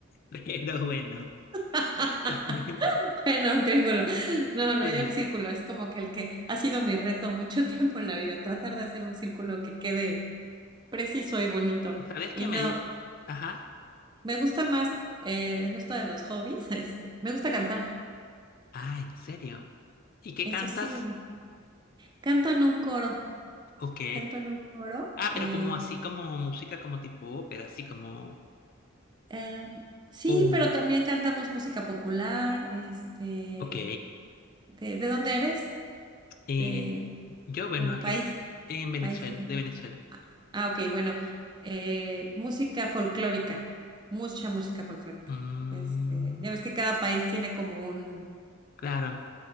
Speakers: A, on the left; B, on the right.
A: pero bueno.
B: <laughs>
A: <laughs>
B: Bueno, un triángulo. No, no,
A: Sí.
B: yo el círculo es como que el que ha sido mi reto mucho <laughs> tiempo en la vida, tratar de hacer un círculo que quede preciso y bonito.
A: ¿Sabes
B: Y
A: qué
B: no,
A: me... di- Ajá.
B: me gusta más eh, en esto de los hobbies, <laughs> este, me gusta cantar.
A: Ah, ¿en serio? ¿Y qué
B: Eso
A: cantas?
B: sí me Canto en un coro,
A: Ok.
B: canto en un coro.
A: Ah,
B: eh,
A: pero como así, como música, como tipo ópera, así como...
B: em, sí,
A: Oh,
B: pero también cantamos música popular. Este,
A: ok.
B: ¿de, de dónde eres?
A: Eh,
B: De,
A: yo,
B: bueno,
A: bueno, aquí
B: país,
A: en Venezuela,
B: país. ¿no?
A: de Venezuela.
B: Ah, ah, ok, bueno, eh, música folclórica, mucha música folclórica.
A: Mm,
B: Este, ya ves que cada país tiene como un,
A: claro,